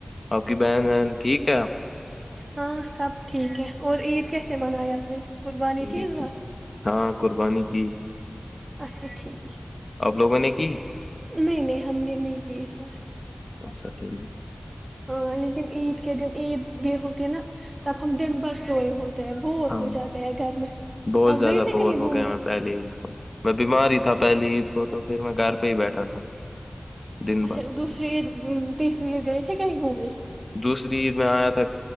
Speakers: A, on the left (about 60°); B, on the right (about 60°).
A: آپ کی بہن بہن ٹھیک ہے آپ
B: ہاں سب ٹھیک ہے اور عید کیسے منائے اپ نے قربانی
A: عید
B: تھی اس بار
A: ہاں قربانی کی
B: اچھا ٹھیک
A: آپ لوگوں نے کی
B: نہیں نہیں ہم نے نہیں کی اس بار
A: اچھا ٹھیک ہے
B: ہاں لیکن عید کے دن عید بھی ہوتی ہے نا تب ہم دن بھر سو رہے ہوتے ہیں بور
A: ہاں
B: ہو جاتے ہیں گھر میں
A: بہت
B: اب
A: زیادہ
B: گئے تھے
A: بور
B: کہیں گھومنے
A: ہو گیا میں پہلے عید کو میں بیمار ہی تھا پہلی عید کو تو پھر میں گھر پہ ہی بیٹھا تھا دن
B: اچھا
A: بھر
B: دوسری عید تیسری عید گئے تھی کہیں گھومنے
A: دوسری عید میں آیا تھا